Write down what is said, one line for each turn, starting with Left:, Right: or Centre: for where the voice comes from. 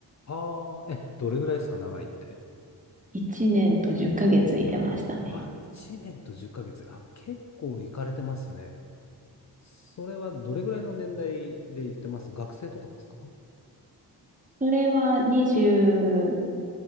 Left: はあ、え、どれぐらいですか、長いって。
Right: 1年と10ヶ月いてましたね。
Left: あ、1年と10ヶ月。あ、結構行かれてますね。それはどれぐらいの年代で行ってます学生とかですか
Right: それは20、